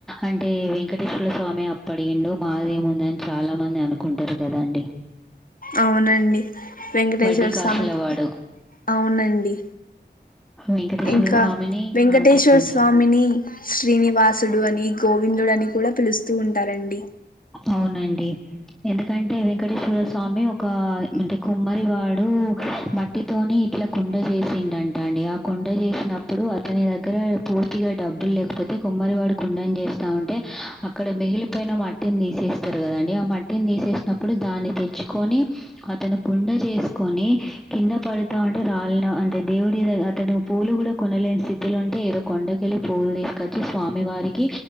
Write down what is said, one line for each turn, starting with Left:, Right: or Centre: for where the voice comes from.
Centre: అంటే వెంకటేశ్వర స్వామి అప్పడిగిండు మాదేముందని చాలా మంది అనుకుంటారు కదా అండి
Left: అవునండి వెంకటేశ్వర
Centre: వడ్డీ కాసులవాడు.
Left: స్వామి అవునండి
Centre: వెంకటేశ్వర్ల
Left: ఇంకా
Centre: స్వామిని
Left: వెంకటేశ్వర
Centre: ఆ! చెప్పండి.
Left: స్వామిని శ్రీనివాసుడని గో విందుడని కూడా పిలుస్తూ ఉంటారండి
Centre: అవునండి ఎందుకంటే వెంకటేశ్వర స్వామి ఒక అంటే కుమ్మరి వాడు మట్టితోని ఇట్లా కుండ చేసిండండి అండి ఆ కుండ చేసినప్పుడు అతని దగ్గర పూర్తిగా డబ్బులు లేకపోతే కుమ్మరి వాడు కుండని చేస్ స్తా ఉంటే అక్కడ మిగిలిపోయిన మట్టిని తీసేస్తారు కదండి ఆ మట్టిని తీసేసినప్పుడు దాన్ని తె ుకొని అతను కుండ చేసుకొని కింద పడుతా ఉంటే రాళ్న అంటే దేవు ఇ అతడు పూ్లు కూడా కొనలేని స్థితిలో ఉంటే ఏదో కొండకెళ్ళి పూలు తీసుకొచ్చి స్వామి వారికి